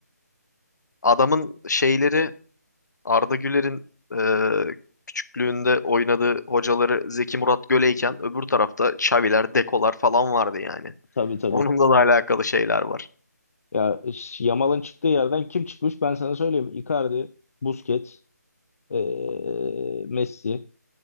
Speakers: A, on the left; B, on the left.
A: adamın şeyleri Arda Güler'in e, küçüklüğünde oynadığı hocaları Zeki Murat Göle'yken öbür tarafta Xavi'ler, Deko'lar falan vardı yani.
B: Tabii tabii.
A: Onunla da alakalı şeyler var.
B: Ya ş- Yamal'ın çıktığı yerden kim çıkmış ben sana söyleyeyim. Icardi, Busquets, ee, Messi,